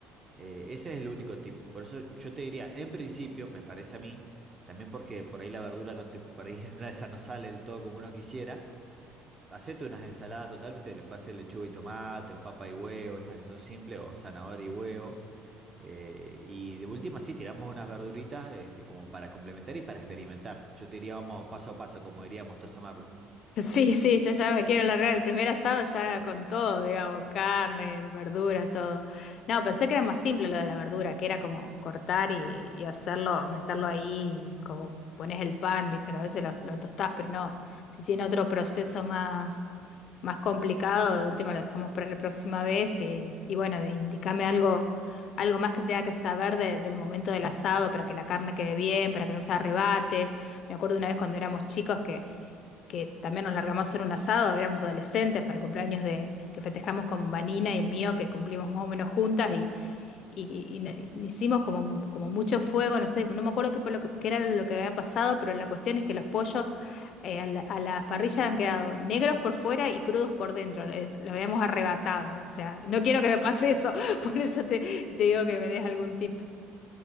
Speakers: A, on the right; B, on the left.
A: Eh, ese es el único tip. Por eso yo te diría, en principio, me parece a mí, también porque por ahí la verdura no te, por ahí <laughs> en una de esas no sale del todo como uno quisiera. Hacete unas ensaladas total, ¿viste? Le puedes hacer lechuga y tomate, o papa y huevo, esas que son simples, o zanahoria y huevo. Eh, y de última, sí, tiramos unas verduritas, este, como para complementar y para experimentar. Yo te diría, vamos paso a paso, como diría Mostaza Merlo.
B: Sí, sí, yo ya me quiero largar. El primer asado ya con todo, digamos, carne, verduras, todo. No, pensé que era más simple lo de la verdura, que era como cortar y, y hacerlo, meterlo ahí, y como pones el pan, viste, que a veces lo, lo tostás, pero no, si tiene otro proceso más, más complicado, de última lo dejamos para la próxima vez y, y bueno, indícame algo, algo más que tenga que saber de- del momento del asado para que la carne quede bien, para que no se arrebate. Me acuerdo una vez cuando éramos chicos que que también nos largamos a hacer un asado, éramos adolescentes para el cumpleaños de, que festejamos con Vanina y el mío, que cumplimos más o menos juntas y, y- y- y- hicimos como, como mucho fuego, no sé, no me acuerdo qué, por lo que- qué era lo que había pasado, pero la cuestión es que los pollos eh, a la, a la parrilla han quedado negros por fuera y crudos por dentro, lo, es- lo habíamos arrebatado, o sea, no quiero que me pase eso, <laughs> por eso te, te digo que me des algún tip.